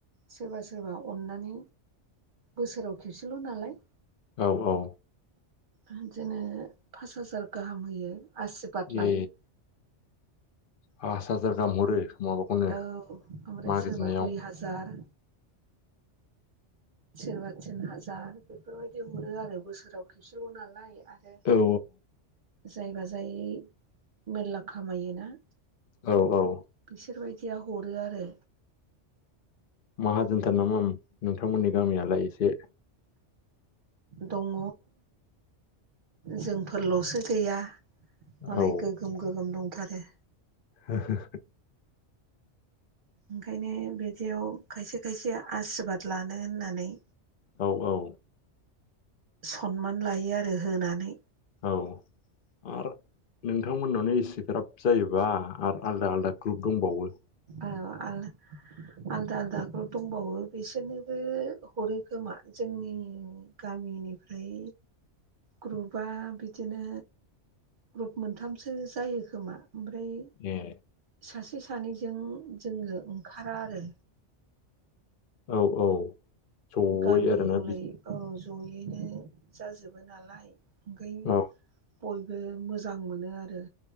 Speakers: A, on the right (about 50°); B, on the left (about 50°).
A: सोरबा सोरबा अननानै बोसोराव खेबसेल नालाय
B: औ औ
A: बिदिनो पास हाजार गाहाम होयो आसशिरबाद लायो।
B: ए पास हाजार गाहाम हरो माबाखौनो
A: औ ओमफ्राय
B: मागिनायाव
A: सोरबा दुइ हाजार सोरबा तिन हाजार बेफोरबायदि हरो आरो बोसोराव खेबसेल नालाय। आरो
B: औ
A: जायबा जायै मेरला खामायोना
B: औ औ
A: बिसोरबायदिया हरो आरो
B: माहाजोनथार नामा नोंथांमोननि गामियालाय एसे?
A: दङ जोंफोरलसो गैया मालाय
B: औ
A: गो दो गोगोम दंथारो
B: हो-हो
A: ओंखायनो बिदियाव खायसे खायसे आसिरबाद लानो होननानै
B: औ औ
A: सनमान लायो आरो होनानै
B: औ आरो नोंथांमोननावनो एसे ग्राब जायोबा आरो आलदा आलादा ग्रुप दंबावो
A: औ आ आलदा आलदा ग्रुप दंबावो बिसोरनोबो हरो खोमा जोंनि गामिनिफ्राय ग्रुपआ बिदिनो ग्रुप मोनथामसो जायो खोमा ओमफ्राय
B: ए।
A: सासे सानैजों जोङो ओंखारा आरो।
B: औ औ जयै
A: गामि
B: आरोना
A: हलै औ जयैनो जाजोबो नालाय ओंखाय
B: औ
A: बयबो मोजां मोनो आरो।